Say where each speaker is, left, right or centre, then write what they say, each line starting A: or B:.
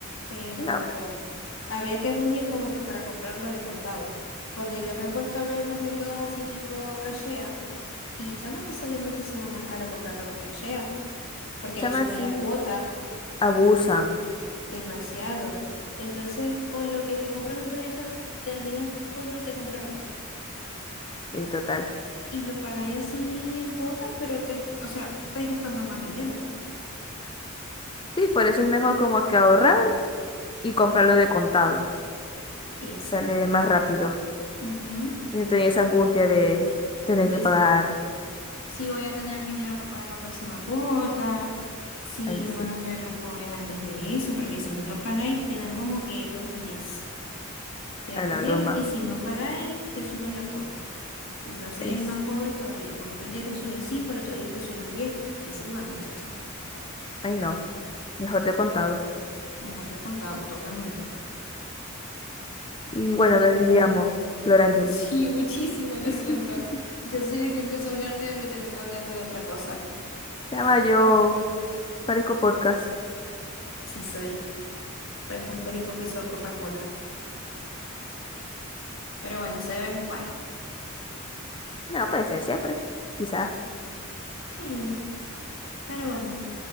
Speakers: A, on the left; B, on the left.
A: pero
B: No, chama
A: habría que reunir como que para comprarlo de contado, porque yo me he puesto a ver los métodos así tipo Cashea, y chama te sale muchísimo más caro comprarlo por Cashea, porque
B: llama
A: le suben
B: así.
A: las cuotas
B: Abusan.
A: demasiado. Entonces, con lo que te compras un televisor, terminas pudiéndote comprar dos,
B: Y total.
A: y lo pagáis así en cuotas, pero, te- o sea, estáis gastando más dinero.
B: Sí, por eso es mejor como que ahorrar y comprarlo de contado.
A: Exacto.
B: Sale más rápido.
A: Ujú.
B: Y no tenía esa angustia de tener
A: Des-
B: que pagar.
A: si voy a tener dinero para pagar la próxima cuota, si
B: Ahí
A: me
B: sí,
A: van a caer los cobres antes de eso, porque si no lo pagáis, te dan como que dos días. Te dan
B: a
A: dos
B: la
A: días
B: broma.
A: y si no pagáis, te suben la cuota. Entonces,
B: Es,
A: más pobres todavía, como que un día te suben cinco, el otro día te suben 10 y así van, muchacha.
B: ay no, mejor de contado.
A: Mejor te ha contado, totalmente.
B: Y bueno, nos
A: Pero
B: desviamos,
A: bueno, <laughs>
B: Flor Angeli.
A: sí, muchísimo, lo
B: <laughs>
A: siento. Yo soy de que empiezo a hablar de algo y termino hablando de otra cosa.
B: Chama, yo parezco podcast.
A: Sí soy, parezco un perico pisado por la cola. Pero bueno, eso de vez en cuando.
B: No, puede ser siempre. Quizás.
A: Sí, pero bueno,